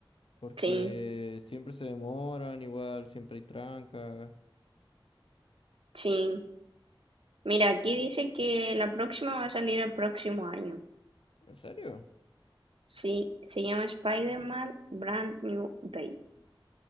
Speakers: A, on the left; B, on the right.
A: Porque
B: Sí,
A: siempre se demoran, igual, siempre hay trancas.
B: sí. Mira, aquí dice que la próxima va a salir el próximo año.
A: ¿En serio?
B: Sí, se llama Spider-Man Brand New Day